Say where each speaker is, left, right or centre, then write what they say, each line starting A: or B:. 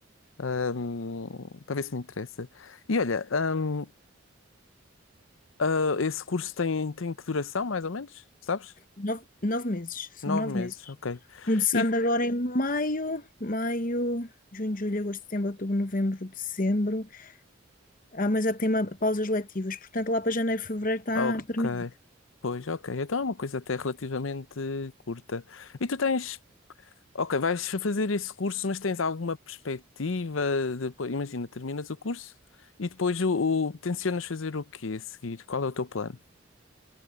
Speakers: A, on the left (about 90°); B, on the left (about 45°).
A: eh, ahm, para ver se me interessa. E olha, ahm, ah, esse curso tem, tem que duração, mais ou menos? Sabes?
B: Nove, nove meses, são
A: Nove
B: nove
A: meses,
B: meses.
A: ok.
B: Começando
A: E,
B: agora em maio, maio, junho, julho, agosto, setembro, outubro, novembro, dezembro. Ah, mas já tem uma- pausas letivas, portanto lá para janeiro, fevereiro está
A: ok,
B: terminado.
A: pois, ok. Então é uma coisa até relativamente curta. E tu tens Ok, vais fazer esse curso, mas tens alguma perspectiva? Depois, imagina, terminas o curso e depois o, o- tencionas fazer o quê a seguir? Qual é o teu plano?